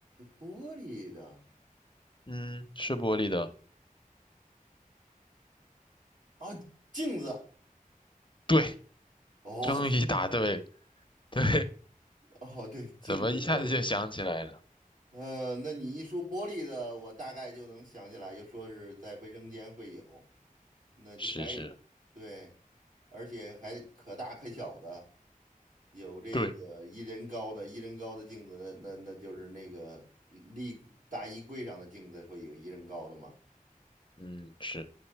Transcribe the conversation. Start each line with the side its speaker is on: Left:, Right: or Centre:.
Right: 玻璃的
Left: 嗯，是玻璃的。
Right: 啊，镜子。
Left: 对，
Right: 哦，
Left: 终于答对了。
Right: 镜
Left: 对，
Right: 哦，对，镜子有
Left: 怎么一下子就想起来了？
Right: 嗯，呃那你一说玻璃的，我大概就能想起来，就说是在卫生间会有，那就还
Left: 是是，
Right: 对，而且还可大可小的，有这个一人高的，
Left: 对，
Right: 一人高的镜子，那那那就是那个立大衣柜上的镜子会有一人高的嘛？
Left: 嗯，是，